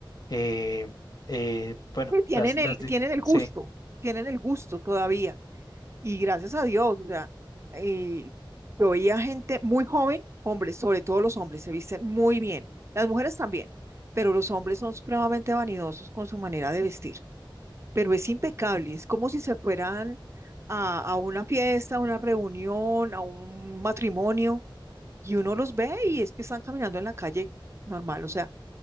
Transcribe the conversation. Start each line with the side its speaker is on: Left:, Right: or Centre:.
Left: eh, eh, bueno,
Right: tienen
Left: las, las
Right: el,
Left: de,
Right: tienen el
Left: sí,
Right: gusto, tienen el gusto todavía. Y gracias a Dios, o sea, eh, yo veía gente muy joven, hombres, sobre todo los hombres, se visten muy bien, las mujeres también, pero los hombres son supremamente vanidosos con su manera de vestir, pero es impecable, es como si se fueran a, a una fiesta, a una reunión, a un matrimonio, y uno los ve y es que están caminando en la calle normal, o sea,